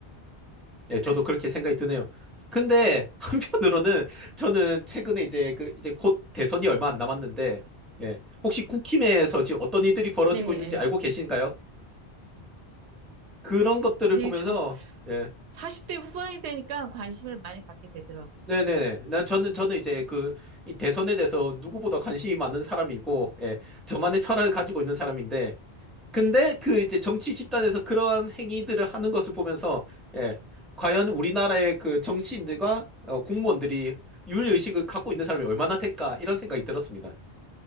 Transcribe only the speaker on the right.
네,
예.
네,
저
40대 후반이 되니까 관심을 많이 갖게 되더라고요.